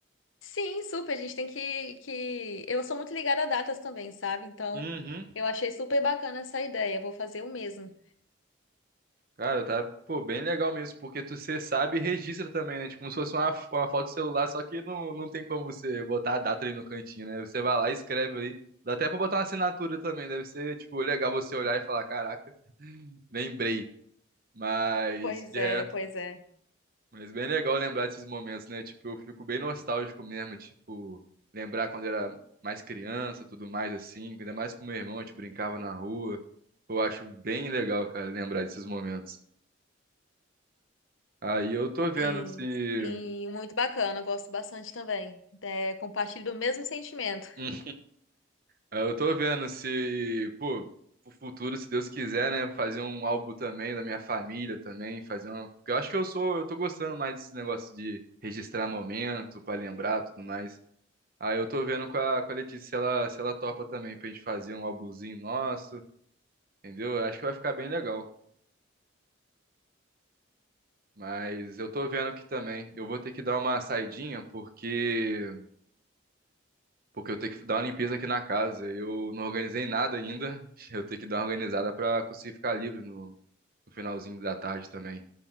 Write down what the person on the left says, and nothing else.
Sim, super. A gente tem que, que. Eu sou muito ligada a datas também, sabe? Então,
eu achei super bacana essa ideia. Vou fazer o mesmo.
Pois
é,
pois é.
Sim,
sim, muito bacana. eu Gosto bastante também. É, compartilho do mesmo sentimento.